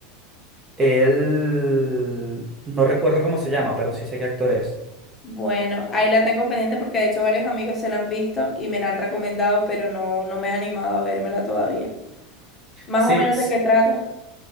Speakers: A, on the right (about 15°); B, on the left (about 20°).
A: Él no recuerdo cómo se llama, pero sí sé qué actor es.
B: Bueno, ahí la tengo pendiente porque de hecho varios amigos se la han visto y me la han recomendado, pero no, no me he animado a vérmela todavía. Más
A: Sí,
B: o menos
A: s-
B: de qué trata.